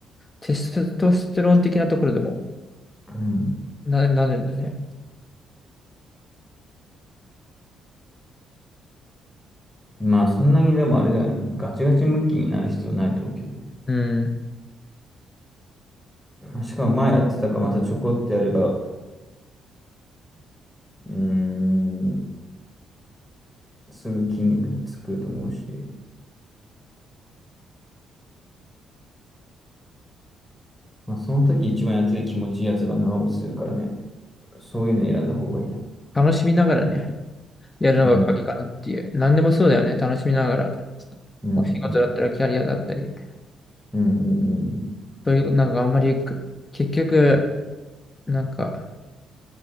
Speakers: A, on the left; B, in the centre.
A: テストステロン的なところでも
B: うん。
A: な、なるんだね。
B: まあ、そんなにでもあれだよね。ガチガチムッキーになる必要ないと思うけどね。
A: うん。
B: しかも前やってたからまたちょこってやれば、うーん、すぐ筋肉つくと思うし。まあ、その時一番やってて気持ちいいやつが長持ちするからね。そういうの選んだ方がいいや。
A: 楽しみながらね、やるのが鍵かなっていう。
B: うん、
A: 何でもそうだよね、楽しみながら。
B: うん、うん、
A: お仕事だったらキャリアだったり。
B: うん、うん、うん、
A: そういう、なんかあんまりく、結局、なんか、